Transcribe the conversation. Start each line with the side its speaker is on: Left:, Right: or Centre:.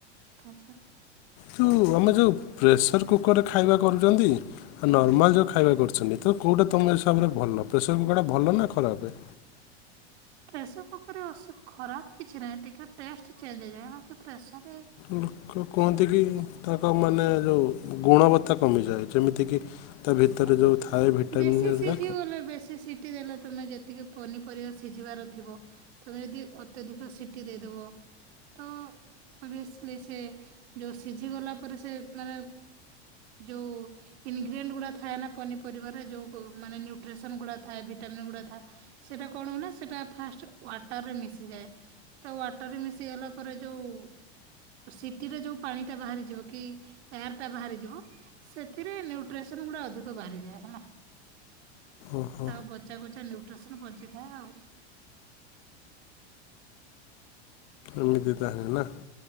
Right: ଆଛା।
Left: ଯେଉଁ ଆମେ ଯେଉଁ ପ୍ରେସର କୁକରରେ ଖାଇବା କରୁଛନ୍ତି। ଆଉ ନର୍ମାଲ ଯେଉଁ ଖାଇବା କରୁଛନ୍ତି ତ କଉ ତମ ହିସାବରେ ଭଲ ପ୍ରେସର କୁକରଟା ଭଲ ନା ଖରାପ?
Right: ପ୍ରେସର କୁକରରେ ଅଶୁ ଖରାପ କିଛି ନାହିଁ। ଟିକେ ଟେଷ୍ଟ ଚେଞ୍ଜ ହେଇଯାଏ ବାକି ପ୍ରେସର
Left: ଲୋକ କୁହନ୍ତି କି ତାଙ୍କ ମାନେ ଯୋଉ ଗୁଣବତ୍ତା କମିଯାଏ। ଯେମିତିକି ତା ଭିତରେ
Right: ନାଇଁ
Left: ଯେଉଁ ଥାଏ ଭିଟାମିନ୍
Right: ବେଶୀ
Left: ହେରିକା
Right: ସିଝିଗଲେ ବେଶୀ ସିଟି ଦେଲେ ତମେ ଯେତ ତୀକି ପନିପରିବା ସିଝିବାର ଥିବ ତମେ ଯଦି ଅତ୍ୟଧିକ ସିଟି ଦେଇଦବ ତ ଓଭିଅସଲି ସେ ଯୋଉ ସିଝି ଗଲା ପରେ ସେ ମାନେ ଯଉ ଇନଗ୍ରିଡିଏଣ୍ଟ ଗୁଡା ଥାଏ ନା ପନିପରରେ ଯୋଉ ମାନେ ନିଉଟ୍ରେସନ ଗୁଡା ଥାଏ ଭିଟାମନ୍ ଗୁଡା ଥାଏ ସେଇଟା କଣ ହୁଏ ନା ସେଟା ଫାଷ୍ଟ ୱାଟର ରେ ମିଶିଯାଏ ତ ୱାଟର ରେ ମିଶି ଗଲା ପରେ ଯୋଉ ଉ ସିଟିରେ ଯୋଉ ପାଣି ଟା ବାହାରି ଯିବ କି ଏୟାର ଟା ବାହାରିଯିବ ସେ ଏଥିରେ ନ୍ୟୁଟ୍ରିସନ ଗୁଡା ଅଧିକ ବାହାରିଯାଏ ହେଲା।
Left: ଓହୋ
Right: ତ ଆଉ ବଚା କୁଚା ନିଉ ଟ୍ରସନ ବଞ୍ଚିଥାଏ ଆଉ।
Left: ଏମିତି ତାହାଲେ ନା?